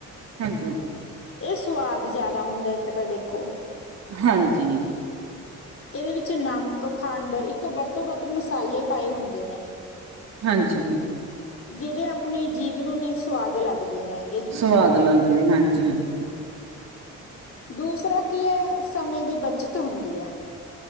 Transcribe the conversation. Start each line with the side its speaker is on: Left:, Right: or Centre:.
Right: ਹਾਂਜੀ ਹਾਂ।
Left: ਇਹ ਸੁਵਾਦ ਜਾਦਾ ਹੁੰਦਾ ਇੱਕ ਤਾਂ ਦੇਖੋਂ
Right: ਹਾਂਜੀ।
Left: ਇਦੇ ਵਿੱਚ ਨਮਕ, ਖੰਡ, ਇੱਕ ਵੱਧੋ-ਵੱਧ ਮਸਾਲੇ ਪਾਏ ਹੁੰਦੇ ਨੇ?
Right: ਹਾਂਜੀ।
Left: ਜੇੜੇ ਆਪਣੀ ਜੀਵ ਨੂੰ ਨੇ ਸਵਾਦ ਲੱਗਦੇ ਨੇ ਗੇ
Right: ਸਵਾਦ ਲੱਗਦੇ ਨੇ ਹਾਂਜੀ-ਹਾਂਜੀ।
Left: ਦੂਸਰਾ ਕੀ ਹੈ ਸਮੇਂ ਦੀ ਬੱਚਤ ਹੁੰਦੀ ਹੈ।